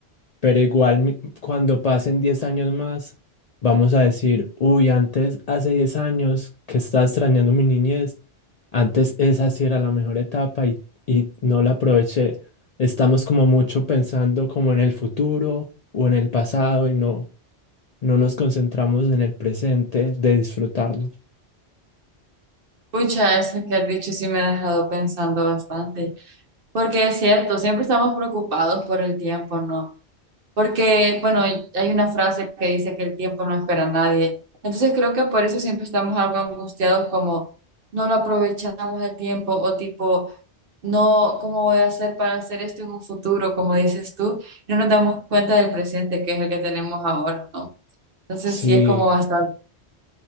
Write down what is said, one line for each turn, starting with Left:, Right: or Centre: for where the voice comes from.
Left: pero igual mi- cuando pasen 10 años más, vamos a decir, uy, antes, hace 10 años que estaba extrañando mi niñez, antes esa sí era la mejor etapa y, y no la aproveché. Estamos como mucho pensando como en el futuro o en el pasado y no, no nos concentramos en el presente de disfrutarlo.
Right: Pucha, eso que has dicho sí me ha dejado pensando bastante, porque es cierto, siempre estamos preocupados por el tiempo, ¿no? Porque, bueno, hay una frase que dice que el tiempo no espera a nadie, entonces creo que por eso siempre estamos algo angustiados como no lo aprovechamos el tiempo o tipo, no, ¿cómo voy a hacer para hacer esto en un futuro? Como dices tú, no nos damos cuenta del presente que es el que tenemos ahora, ¿no? Entonces
Left: Sí,
Right: sí es como bastante...